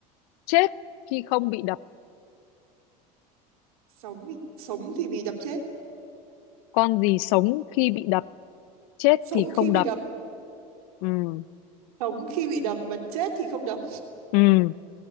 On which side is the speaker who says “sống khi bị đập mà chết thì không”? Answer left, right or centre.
Right